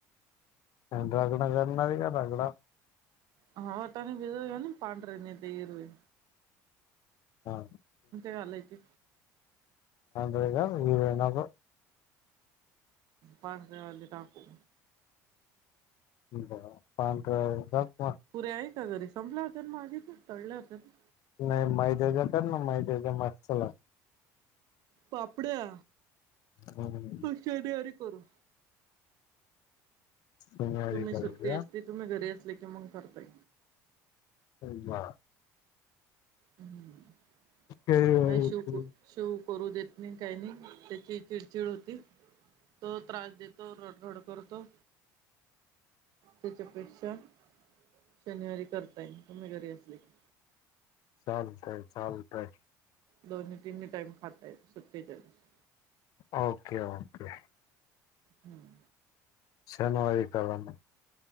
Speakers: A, on the left (about 60°); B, on the right (about 65°).
A: आणि रगडा, करनार हे का रगडा,
B: ह वाटाणे भिजवून <unintelligible> विधवेणे पाढरे नी ते हीरवे
A: हा
B: घालायचे
A: हे का <unintelligible> ववे ना
B: पार देवाली टाकू
A: ब पांढर <unintelligible>
B: पुऱ्या आहे का घरी संपल्या होत्या मागेच ना, तळल्या होत्या ना,
A: नाही मैद्याच्या कर ना, मैद्याच्या मा च ला.
B: पापड्या
A: हम्म
B: तु शनिवारी करू.
A: सोमवारी
B: तुम्ही
A: करूया
B: सुट्टी, असती तुम्ही घरी असले की मग करताय.
A: होय बा.
B: हम्म
A: केळी
B: काय शवूक शवू करू देत नाही काही नाही, त्याची चिडचिड होती. तो त्रास देतो रडरड करतो. त्याच्यापेक्षा शनिवारी करता येईल तुम्ही घरी असले की
A: चालतय चालतय.
B: दोन्ही तीनही टाईम. खाता येत सुट्टतेच्या दिवस
A: ओके ओके.
B: हम्म.
A: शनवारी कारा मग